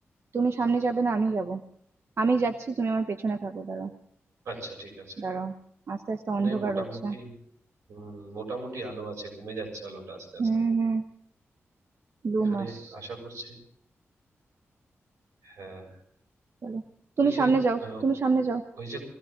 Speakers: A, on the right (about 60°); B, on the right (about 90°).
A: তুমি সামনে যাবে না আমি যাব আমি যাচ্ছি তুমি আমার পেছনে থাকো দাঁড়াও
B: আচ্ছা ঠিক আছে
A: দাঁড়াও আস্তে আস্তে
B: মানে
A: অন্ধকার
B: মোটামুটি
A: হচ্ছে
B: হম মোটামুটি আলো আছে কমে যাচ্ছে আলোটা আস্তে
A: হুম
B: আস্তে
A: হুম দু
B: এখানে
A: মাস
B: আশা করছি হ্যাঁ
A: চলো তুমি
B: ওই যে
A: সামনে যাও
B: আহ,
A: তুমি সামনে যাও
B: ওই যে